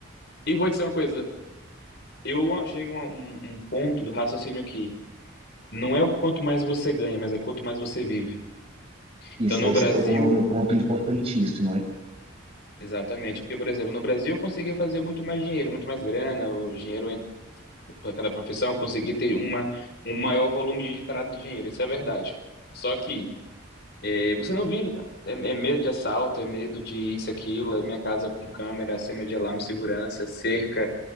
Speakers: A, on the left; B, on the right.
A: e vou dizer uma coisa. Eu a- chego a um, um ponto do raciocínio que não é o quanto mais você ganha, mas é o quanto mais você vive.
B: Isso
A: Então, no
B: aí
A: Brasil,
B: você tocou num ponto importantíssimo, hein?
A: exatamente. Porque, por exemplo, no Brasil eu conseguia fazer muito mais dinheiro, muito mais grana, o dinheiro para cada profissão, eu conseguia ter uma, um maior volume de entrada de dinheiro. Isso é verdade. Só que eh, você não vive, cara. É, é medo de assalto, é medo de isso, aquilo, é minha casa com câmera, acima de alarme de segurança, é cerca.